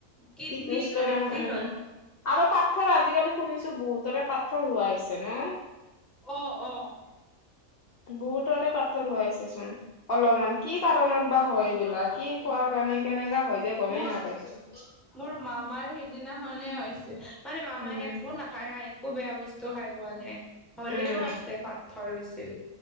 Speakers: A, in the centre; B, on the left.
A: কিডনীৰ
B: কিতনে সষ্টন
A: বেছি
B: উম'
A: হয়।
B: আৰু পাথৰ আজিকালি শুনিছো বহুতৰে পাথৰ হোৱা হৈছে ন!
A: অ', অ'
B: বহুততে পাথৰ হুৱাইছে চোন। অলপমান কি কাৰণত বা হয় এইবিলাক কি খোৱাৰ কাৰণে কেনেকা হয় যে গমেই
A: মোৰ
B: নাপাইছো।
A: মোৰ মামাৰ সিদিনাখনে হৈছিল মানে মামাই
B: উম
A: একো নাখায় খা একো বেয়া বস্তু খাই পোৱা নাই হ'লেও
B: উম
A: আছে পাতথৰৈছিল